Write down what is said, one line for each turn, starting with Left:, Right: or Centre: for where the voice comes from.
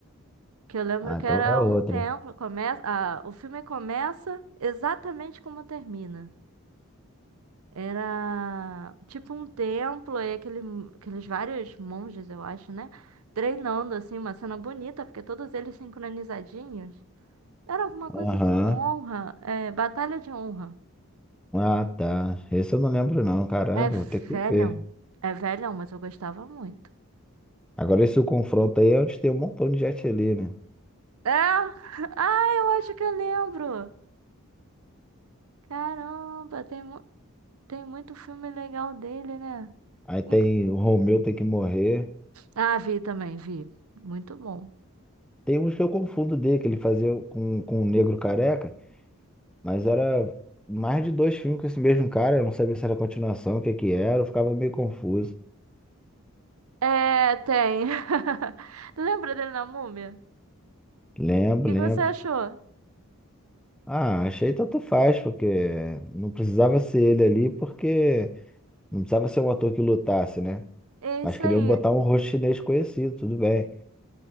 Right: Que eu lembro
Centre: Ah,
Right: que
Centre: então
Right: era
Centre: é outra.
Right: um templo. Começa, ah, o filme começa exatamente como termina. Era tipo um templo e aquele, aqueles vários monges, eu acho, né? Treinando, assim, uma cena bonita, porque todos eles sincronizadinhos. Era alguma coisa
Centre: Aham.
Right: de honra. É, Batalha de Honra.
Centre: Ah, tá. Esse eu não lembro não, caramba,
Right: É
Centre: vou ter que
Right: velhão.
Centre: ver.
Right: É velhão, mas eu gostava muito.
Centre: Agora esse confronto aí é onde tem um montão de gente ali, né?
Right: É! <laughs> Ah, eu acho que eu lembro. Caramba, tem, mu- tem muito filme legal dele, né?
Centre: Aí tem
Right: Inclu-
Centre: o Romeu tem que morrer.
Right: Ah, vi também, vi. Muito bom.
Centre: Tem uns que eu confundo dele, que ele fazia com, com o Negro Careca, mas era mais de dois filmes com esse mesmo cara, eu não sabia se era continuação, o que que era, eu ficava meio confuso.
Right: É, tem. <laughs> Lembra dele na Múmia?
Centre: Lembro,
Right: O que
Centre: lembro.
Right: que você achou?
Centre: Ah, achei tanto faz, porque não precisava ser ele ali, porque não precisava ser um ator que lutasse, né?
Right: É
Centre: Mas
Right: isso
Centre: queriam
Right: aí.
Centre: botar um rosto chinês conhecido, tudo bem.